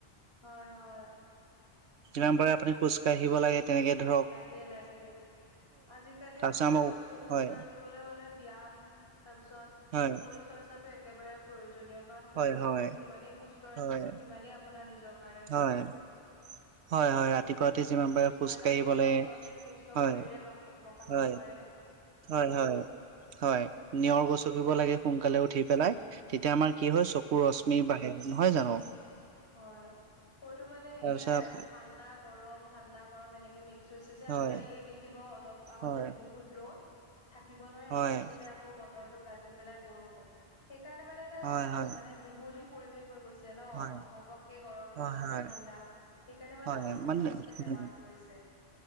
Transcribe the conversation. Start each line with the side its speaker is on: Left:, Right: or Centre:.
Left: হয় হয়
Right: যিমান পাৰে আপুনি খোজকাাঢ়িব লাগে তেনেকে ধৰণ
Left: লাগে লাগে আজিকালি
Right: তাৰপিছত
Left: আপোনাৰ
Right: আমাৰ
Left: শৰীৰটো সুস্থ
Right: হয়
Left: ৰাখিবলৈ হলে ব্যয়ায়াম তাৰপিছত
Right: হয়
Left: শৰীৰ চৰ্চাটো একেবাৰে প্ৰয়োজন কাৰণ
Right: হয়
Left: শৰীৰটো
Right: হয়
Left: আপুনি যিমানে সুস্থ ৰাখিব
Right: হয়
Left: সিমানেই আপোনাৰ নিজৰ কাৰণে ভাল
Right: হয় হয় হয় ৰাতিপুৱা যিমান পাৰে খোজ
Left: কাৰণ এটা
Right: কাঢ়িব
Left: সুস্থ
Right: লাগে
Left: মনতহে সুস্থ
Right: হয়
Left: শৰীৰে বাস বসবাস
Right: হয়
Left: কৰে
Right: হয় হয় হয় নিয়ৰ গচকিব লাগে সোনকালে উঠি পেলাই তেতিয়া আমাৰ কি হয় চকু ৰশ্মি বাহে নহয় জানো
Left: হয় সৰিতটো মানে সয়াই
Right: তাৰপিছত
Left: আৰু ঠাণ্ডা গৰম ঠাণ্ডা গৰম এনেকে মিক্স চুইছে যে
Right: হয়
Left: আপোনাৰ এই দেখিব অলপ আগত
Right: হয়
Left: যদি বহুত ৰ'দ থাকিব নোৱাৰি অলপ
Right: হয়
Left: পিছতে আকৌ বতৰটো গাজি পেলাই বৰষুণ সেইকাৰণে মানে এটা
Right: হয় হয়
Left: উ
Right: হয়
Left: মানে মিহলি পৰিৱেশ হৈ গৈছে ন
Right: হয়
Left: ঘপককে গৰম
Right: হয়
Left: ঘপককে
Right: হয়
Left: ঠাণ্ডা সেইকাৰণে মানে
Right: হয়
Left: মানুহ সততে
Right: উম
Left: বেমাৰত পৰিছে